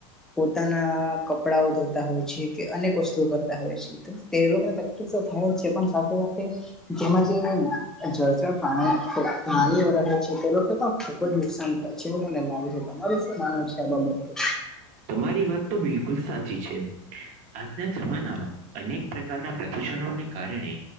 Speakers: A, in the centre; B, on the right (about 45°).
A: પોતાના કપડાઓ ધોતા હોય છે, કે અનેક વસ્તુઓ કરતા હોય છે. તે લોકને તકલીફ તો થાય જ છે, પણ સાથે સાથે જેમાં જે જળ <unintelligible> તે લોકો પણ ખુબ જ નુકસાન <unintelligible> તમારું શું માનવું છે આ બાબત પર?
B: તમારી વાત તો બિલકુલ સાચી છે. આજના જમાનામાં અનેક પ્રકારના પ્રદુષણોને કારણે